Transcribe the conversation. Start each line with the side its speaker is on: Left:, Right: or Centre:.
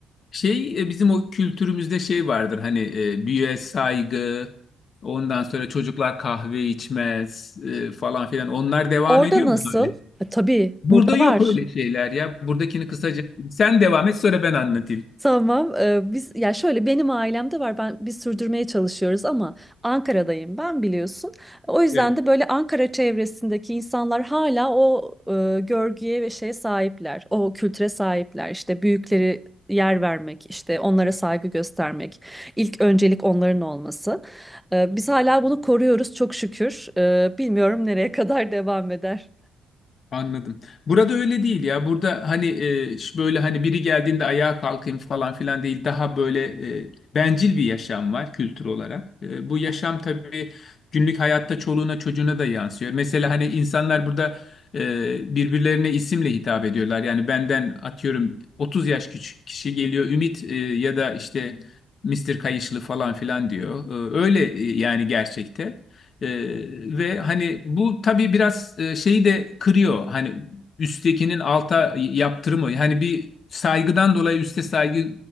Left: Şey e, bizim o kültürümüzde şey vardır hani e, büyüğe saygı, ondan sonra çocuklar kahve içmez e, falan filan. Onlar devam
Centre: Orada
Left: ediyor
Centre: nasıl?
Left: mu hali?
Centre: E, tabii
Left: Burada
Centre: burada
Left: yok
Centre: var.
Left: öyle şeyler ya. Buradakini kısaca sen devam et sonra ben anlatayım.
Centre: Tamam. eee, biz ya şöyle benim ailemde var. Ben biz sürdürmeye çalışıyoruz ama Ankara'dayım ben biliyorsun. O yüzden
Left: Evet.
Centre: de böyle Ankara çevresindeki insanlar hala o eee, görgüye ve şeye sahipler. O kültüre sahipler. İşte büyükleri yer vermek, işte onlara saygı göstermek, ilk öncelik onların olması. Eee, biz hala bunu koruyoruz çok şükür. Eee, bilmiyorum nereye <laughs> kadar devam eder.
Left: Anladım. Burada öyle değil ya. Burada hani e, ş- böyle hani biri geldiğinde ayağa kalkayım falan filan değil. Daha böyle e, bencil bir yaşam var kültür olarak. E, bu yaşam tabii günlük hayatta çoluğuna çocuğuna da yansıyor. Mesela hani insanlar burada e, birbirlerine isimle hitap ediyorlar. Yani benden atıyorum 30 yaş küçük kişi geliyor Ümit e, ya da işte Mister Kayışlı falan filan diyor. E, öyle e, yani gerçekte. Ee, ve hani bu tabii biraz e, şeyi de kırıyor. Hani üsttekinin alta yaptırımı. Hani bir saygıdan dolayı üste saygı